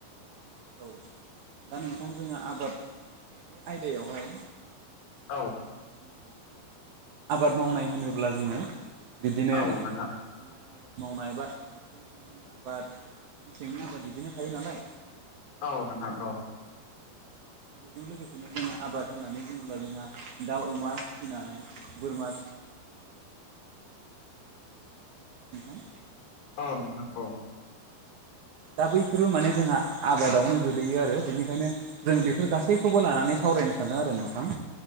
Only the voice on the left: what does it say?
औ
औ नोंथां
औ नोंथां औ
औ नोंथां औ